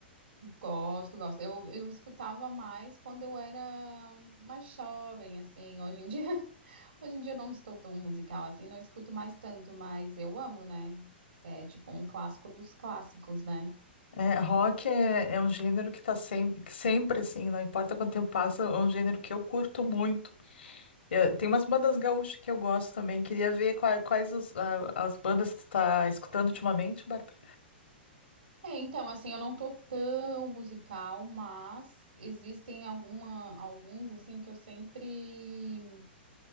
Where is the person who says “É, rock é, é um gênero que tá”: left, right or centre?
Left